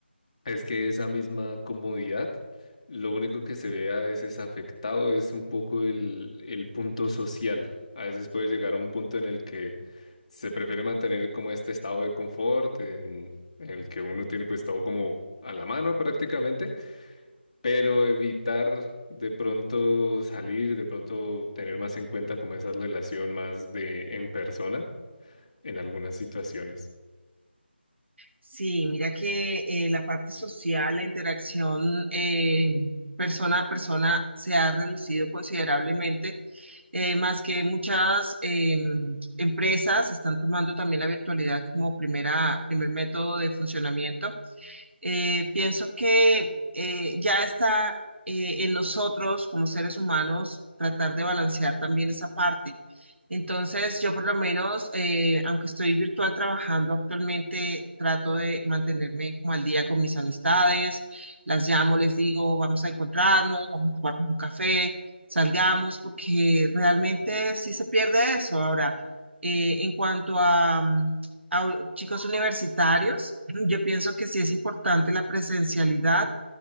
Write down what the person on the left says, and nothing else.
Es que esa misma comodidad, lo único que se ve a veces afectado es un poco el, el punto social. A veces puede llegar a un punto en el que se prefiere mantener como este estado de confort, en, en el que uno tiene pues todo como a la mano prácticamente, pero evitar de pronto salir, de pronto tener más en cuenta como esa relación más de en persona en algunas situaciones.